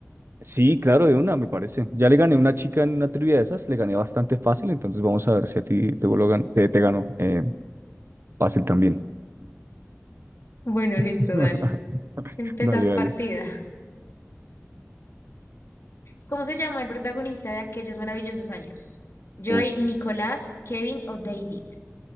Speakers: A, on the right (about 55°); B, on the left (about 55°).
A: Sí, claro, de una, me parece. Ya le gané a una chica en una trivia de esas, le gané bastante fácil, entonces vamos a ver si a ti te, vuelvo a gan- te, te gano eh, fácil también.
B: Bueno,
A: <laughs>
B: listo, dale. Empezar
A: Dale, dale.
B: partida. ¿Cómo se llama el protagonista de aquellos maravillosos años? ¿Joy,
A: Oh,
B: Nicolás, Kevin o David?